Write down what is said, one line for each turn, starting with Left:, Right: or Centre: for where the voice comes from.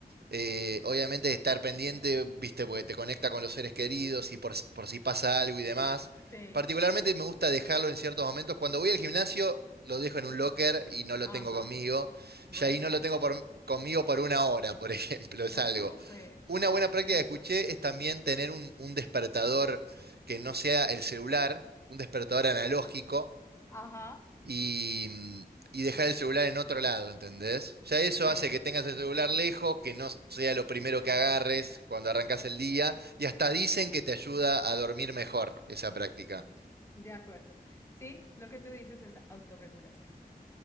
Right: Eh, obviamente estar pendiente, viste, porque te conecta con los seres queridos y por, s- por si pasa algo y demás.
Left: Sí.
Right: Particularmente me gusta dejarlo en ciertos momentos. Cuando voy al gimnasio, lo dejo en un locker y no lo
Left: Ajá.
Right: tengo conmigo.
Left: Bueno.
Right: Y ahí no lo tengo por- conmigo por una hora, por <laughs> ejemplo,
Left: Está
Right: es algo.
Left: súper.
Right: Una buena práctica
Left: Eso.
Right: que escuché es también tener un, un despertador que no sea el celular, un despertador analógico
Left: Ajá.
Right: y, mm, y dejar el celular en otro lado, ¿entendés? Ya eso
Left: Sí,
Right: hace que tengas el celular lejos, que no sea lo primero que agarres cuando arrancas el día, y hasta dicen que te ayuda a dormir mejor esa práctica.
Left: de acuerdo. Sí, lo que tú dices es autorregulación.